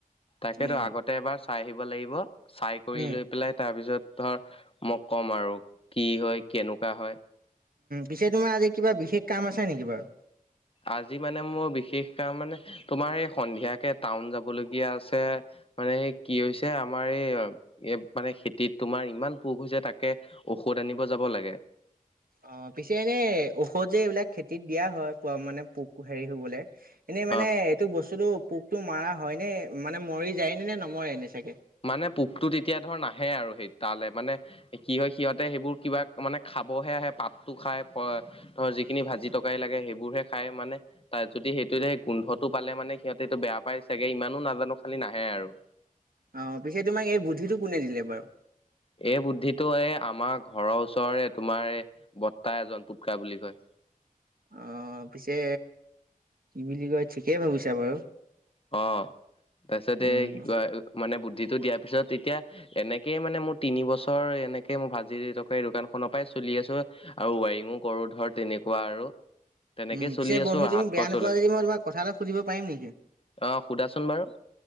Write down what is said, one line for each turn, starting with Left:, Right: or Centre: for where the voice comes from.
Left: তাকেতো
Right: উম,
Left: আগতে এবাৰ চাই আহিব লাগিব, চাই কৰি
Right: উম।
Left: লৈ পেলাই তাৰ পিছত ধৰ মই ক'ম আৰু কি হয় কেনেকুৱা হয়।
Right: পিছে তোমাৰ আজি কিবা বিশেষ কাম আছে নেকি বাৰু?
Left: আজি মানে মোৰ বিশেষ কাম মানে তোমাৰ এই সন্ধিয়াকে টাউন যাবলগীয়া আছে। মানে সেই কি হৈছে আমাৰ এই মানে খেতিত তোমাৰ ইমান পোক হৈছে তাকে ঔষধ আনিব যাব লাগে।
Right: অ পিছে এনে ঔষধ যে এইবিলাক খেতিত দিয়া হয় পোৱা মানে পোক হেৰি হ'বলে, এনেই মানে
Left: অ
Right: এইটো বস্তুতটো পোকটো মাৰা হয়নে? মানে মৰি যায়নে নে নমৰে এনে চাগে?
Left: মানে পোকটো তেতিয়া ধৰ নাহে আৰু সেই তালৈ মানে কি হয় সিহঁতে সেইবোৰ কিবা মানে খাবহে আহে পাতটো খায় ধৰ যিখিনি ভাজি টকাৰি লাগে সেইবোৰহে খায় মানে তাত যদি সেইটোৱে সেই গোন্ধটো পালে মানে সিহঁতে এতো বেয়া পায় চাগে ইমানো নাজানো খালি নাহে আৰু।
Right: অ পিছে তোমাক এই বুদ্ধিটো কোনে দিলে বাৰু?
Left: এই বুদ্ধিটো এই আমাৰ ঘৰৰ ওচৰৰে তোমাৰ এই বৰ্তা এজন পুটকা বুলি কয়।
Right: অ পিছে তুমি কি কয় ঠিকেই ভাবিছা বাৰু।
Left: অ তাৰপিছত
Right: উম,
Left: এই মানে বুদ্ধিটো দিয়াৰ পিছত এতিয়া এনেকেই মানে মোৰ তিন বছৰ এনেকে মই ভাজিৰটকাৰি দোকান খনৰ পৰাই চলি আছো। আৰু ৱাইৰিঙো কৰো ধৰ তেনেকুৱা আৰু। তেনেকেই
Right: উম
Left: চলি
Right: পিছে
Left: আছো
Right: বন্ধু তুমি
Left: হাত
Right: মোক
Left: খৰচলে
Right: বেয়া নোপোৱা যদি মই তোমাক কথা এটা সুধিব পাৰিম নেকি?
Left: অ সুধা চোন বাৰু।